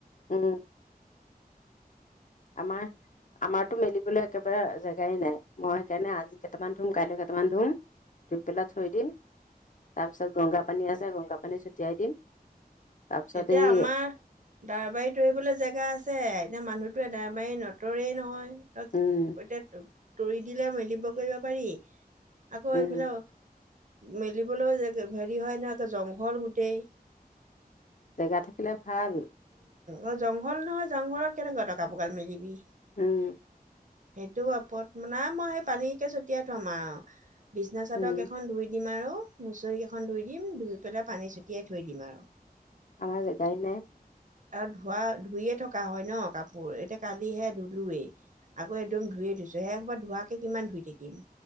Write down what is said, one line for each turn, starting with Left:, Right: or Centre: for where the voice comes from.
Left: অ আম আমাৰতো মেলিবলৈ একেবাৰে জেগাই নাই মই সেইকাৰণে আজি কেইটামান ধুম কাইলৈ কেইটামান ধুম ধুই পেলাই থৈ দিম তাৰপিছত গংগা পানী আছে গংগা পানী ছটিয়াই দিম তাৰ পিছত
Right: এতিয়া
Left: এই
Right: আমাৰ দাৰবাৰী তৰিবলৈ জেগা আছে এতিয়া মানুহ এদাই বাৰী নটৰে নহয় ত
Left: উম,
Right: এতিয়া তৰি দিলে মদিব্য কৰিব পাৰি আকৌ
Left: উম,
Right: এইফালে মেলিবলৈও হেৰি হয় নহে জংঘল গোটেই
Left: জেগা থাকিলে ভাল
Right: অ জংঘল নহয় জংঘলত কেনেকুৱা টকা পোকাল মেলিবি
Left: উম
Right: সেইটো ওপৰত মানে মই সেই পানীকে ছটিয়াই থম আৰু বিছনা চাদক
Left: উম
Right: এখন ধুই দিম আৰু মুচৰি কেইখন ধুই দিম ধুই পেলাই পানী ছটিয়াই থৈ দিম আৰু
Left: আমাৰ জেগাই নে
Right: আৰু ধোৱা ধুইয়ে থকা হয় ন কাপোৰ এতিয়া কালিহে ধুলোৱেই আকৌ একদম ধুইে থৈছো সেই কব ধোৱাকে কিমান ধুই থাকিম